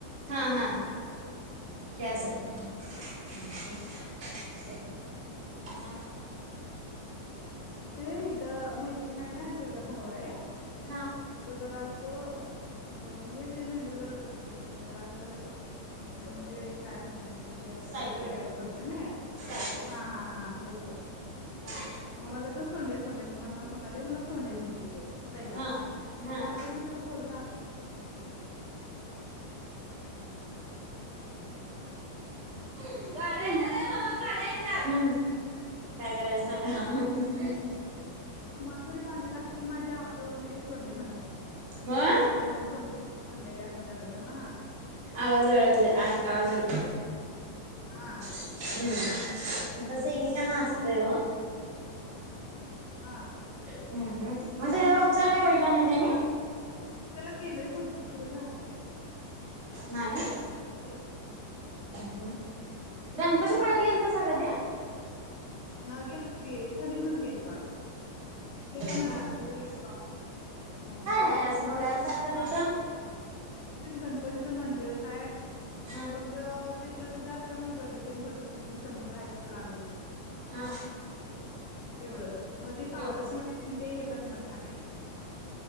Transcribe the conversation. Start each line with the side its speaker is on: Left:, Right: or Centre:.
Right: हा हा. त्यासाठी हम्म हम्म
Left: <inaudible>
Right: मग.
Left: ते इथ मैत्रीण आहे ना तिझा भाऊ हाय
Right: हां
Left: जरा अस म्हणजे तिझ्या मेंदूला जरा रक्त पोचत नाही जरा अस म्हणजे काय म्हणायचं ते आता
Right: सायको
Left: जरा येड्यागत करतेयं न‌ई
Right: सायको
Left: हा हा हा
Right: हा
Left: मला तर सोंडे सोंडे म्हण माझ नावं सोनाली हाय मला सोंडे म्हणतोय त्यो. पहिला.
Right: हा
Left: मग
Right: हा
Left: कालच मी त्या बोल
Right: गाड्या येत्यात ए बाबा गाड्या येत्यात. हम्म काय करायचं सांगा.
Left: रुमाल जारी बांधलेला असला तरी माझ्या आवाजावरून हे सोंडे म्हणायचं
Right: हो
Left: आवाजावरून मला सोंडे म्हणायचा. संंड्याली असं करायचं हा
Right: आवाज ओळखले आवाज ओळखले
Left: हा
Right: हम्म तस की का ना असतय
Left: हा
Right: हो
Left: हा
Right: हम्म हम् मग त्याच्यावर उपचार काय भेटला नाही त्यानी
Left: त्याला केलंय भरपूर खरं झालं,
Right: नाही
Left: केलं
Right: हम् हम् गणपतीपोळ्याला गेलतासा कधी?
Left: ह गेलतो की खोलीतूनच गेलतो आम्ही ते पण
Right: काय
Left: रात्रीच गेलतो आहो हो किती
Right: आहे
Left: वाजत
Right: असं
Left: तर
Right: बघायसारखं
Left: नऊ वाजता
Right: तिथं
Left: तिथं क गणपतीचं मंदिरच आहे.
Right: हा
Left: फक्त ते प्रसिद्ध असल्यामुळे गर्दीतेन भरपूर म्हणजे समुद्र आहे तिथं लागून
Right: हा
Left: तेवढंच मग ते पावस
Right: तेवढंच
Left: तिथे हेज मठ आहे.